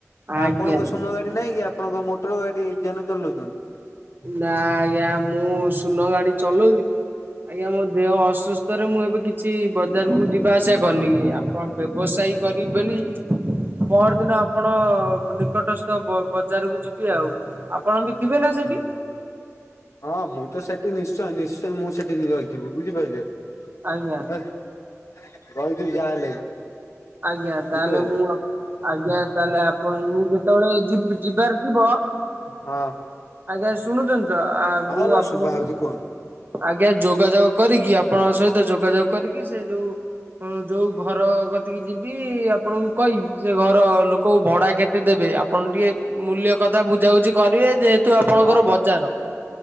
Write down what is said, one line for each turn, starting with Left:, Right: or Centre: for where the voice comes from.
Right: ଆଜ୍ଞା
Left: ଆପଣଙ୍କ ଶୂନ ଗାଡି? କିଛି ନାଇଁ କି ଆପଣଙ୍କ ମୋଟର ଗାଡି ଯାନ ଚଲଉଚନ୍ତି।
Right: ନା ଆଜ୍ଞା ମୁଁ ଶୂନ ଗାଡି ଚଲଉଥିଲି ଆଜ୍ଞା ମୋ ଦେହ ଅସୁସ୍ଥରେ ମୁଁ ଏବେ କିଛି ବ ବଜାରକୁ ଯିବା ଆସିୟା କଲିନିି। ଆପଣ ବ୍ୟବସାୟୀ କରିବି ବେଲି ପଅର ଦିନ ଆପଣ ନିକଟସ୍ଥ ବଜାରକୁ ଯିବି ଆଉ। ଆପଣ ବି ଥିବେ ନା ସେଠି?
Left: ହଁ ମୁଁ ତ ସେଠି ନିଶ୍ଚୟ ନିଶ୍ଚୟ ମୁଁ ସେଠି ହି ରହିଥିବି ବୁଝିପାଇଲେ।
Right: ଆଜ୍ଞା।
Left: ହେ ରହିଥିବି ଯାହା ହେଲେ ବି।
Right: ଆଜ୍ଞା ତାହେଲେ
Left: ବୁଝିପାରିଲେ
Right: ମୁଁ ଆପ୍ ଆଜ୍ଞା ତାହେଲେ ଆପଣ ମୁଁ ଯେତେବେଳେ ଯିବ୍ ଯିବାର ଥିବ
Left: ହଁ।
Right: ଆଜ୍ଞା ଶୁଣୁଚନ୍ତି ତ ଆ ମୁଁ
Left: ହଁ ମୋ
Right: ଆପଣଙ୍କୁ
Left: ଶୁଭା ହଉଛି କୁହନ୍ତୁ।
Right: ଆଜ୍ଞା ଯୋଗାଯୋଗ କରିକି ଆପଣଙ୍କ ସହିତ ଯୋଗାଯୋଗ କରିକି ସେ ଯୋଉ ଉଁ ଯୋଉ ଘର ଟିକେ ଯିବି ଆପଣଙ୍କୁ କହିବି ସେ ଘର ଲୋକ ଭଡା କେତେ ଦେବେ ଆପଣ ଟିକେ ମୂଲ୍ୟ କଥା ବୁଝାବୁଝି କରିବେ ଯେହେତୁ ଆପଣଙ୍କର
Left: ହଁ
Right: ବଜାର।